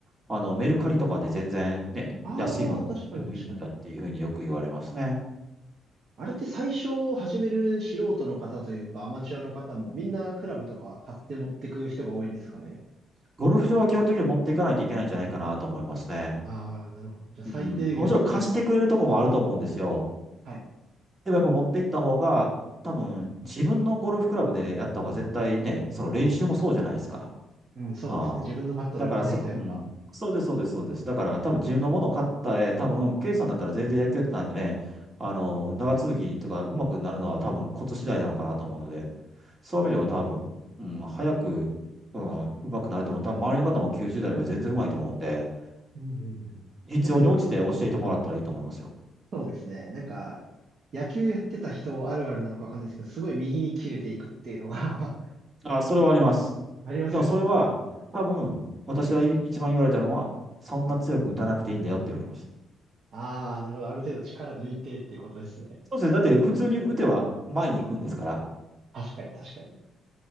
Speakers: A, on the right; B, on the right.
A: あの、メルカリとかで全然ね、
B: ああ、
A: 安いもの買ってもいいんだっていうふうによく言われますね。
B: 確かに確かに。あれって最初始める素人の方というかアマチュアの方もみんなクラブとか買って持ってく人が多いんですかね。
A: うん。ゴルフ場は基本的に持っていかないといけないんじゃないかなと思いますね。
B: ああ、なるほど。じゃあ最低限揃えて。
A: うん。もちろん貸してくれるとこもあると思うんですよ。
B: はい。
A: でもやっぱ持っていった方が、多分自分のゴルフクラブでやった方が絶対ね、その練習もそうじゃないですか。
B: うん、そうですね。
A: ああ。
B: 自分のバットで打たないとやっぱ。
A: だからそこ、うん。そうです、そうです、そうです。だから多分自分のものを買ったえ多分、ケイさんだったら全然野球やってたんでね、あの、長続きとか上手くなるのは多分コツ次第なのかなと思うので、そういう意味では多分、
B: はい。
A: うん、早く、うん、上手くなると思う。多分周りの方も90代では全然上手いと思うんで、
B: うんうんうんうん。
A: 必要に応じて教えてもらったらいいと思いますよ。
B: なんかでもそうですね。なんか、野球やってた人あるあるなのかわかんないですけど、すごい右に切れていくっていうのが <laughs>
A: あ、それはあります。
B: ありますよね。
A: でもそれは、多分、私は一番言われたのは、そんな強く打たなくていいんだよって言われました。
B: はい。ああ、なるほど。ある程度力抜いてっていうことですね。
A: そうですね。だって普通に打ては前に行くんですから、
B: 確かに確かに。